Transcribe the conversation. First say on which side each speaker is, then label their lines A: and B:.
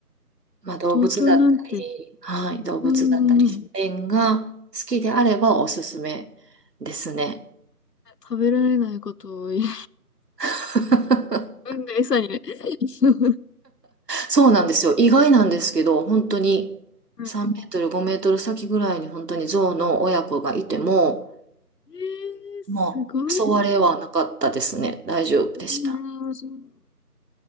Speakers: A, on the right (about 85°); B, on the left (about 80°).
A: まあ、動物だった
B: 東京なんて、
A: り、はい、動物だったり、
B: うんうんうん
A: 自然が好きであればおすすめですね。
B: 食べられないことを言う、
A: <laughs>
B: 運が餌にね。<laughs>
A: そうなんですよ。意外なんですけど、本当に3メートル、
B: はい。
A: 5メートル先ぐらいに本当に象の親子がいても、
B: えー、すごい。
A: まあ、襲われはなかったですね。大丈夫でした。
B: うん。